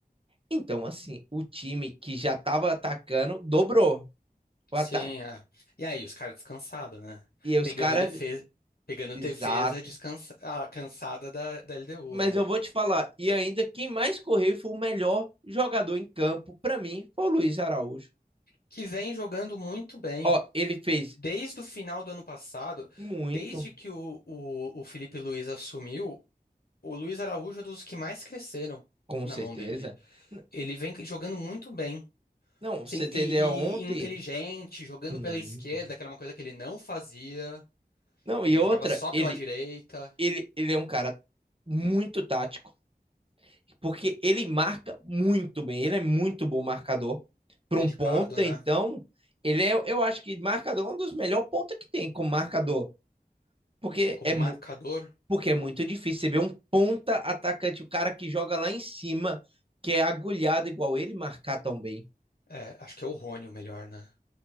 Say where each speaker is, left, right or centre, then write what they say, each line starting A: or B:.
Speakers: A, on the right; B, on the left.
A: Então, assim, o time que já estava atacando dobrou o
B: Sim,
A: ataque.
B: é. E aí, os caras descansados, né?
A: E aí os
B: Pegando
A: caras.
B: defesa, pegando
A: Exato.
B: defesa descansa, ah, cansada da, da LDU,
A: Mas
B: né?
A: eu vou te falar, e ainda quem mais correu foi o melhor jogador em campo, pra mim, foi o Luiz Araújo.
B: que vem jogando muito bem.
A: Ó, ele fez
B: Desde o final do ano passado,
A: muito,
B: desde que o, o, o Felipe Luiz assumiu, o Luiz Araújo é dos que mais cresceram
A: com
B: na
A: certeza.
B: mão dele.
A: N-
B: Ele vem jogando muito bem.
A: Não,
B: Sim,
A: você tem
B: e,
A: ontem?
B: e inteligente, jogando
A: Muito.
B: pela esquerda, que era uma coisa que ele não fazia.
A: Não,
B: Ele
A: e outra,
B: jogava só
A: ele,
B: pela direita,
A: ele, ele é um cara muito tático, porque ele marca muito bem, ele é muito bom marcador. Para
B: dedicado,
A: um ponta,
B: né?
A: então, ele é, eu acho que marcador é um dos melhores pontas que tem como marcador, porque
B: Como
A: é,
B: marcador.
A: mu- Porque é muito difícil. Você vê um ponta atacante, o cara que joga lá em cima, que é agulhado igual ele, marcar tão bem.
B: É, acho que é o Rony o melhor, né?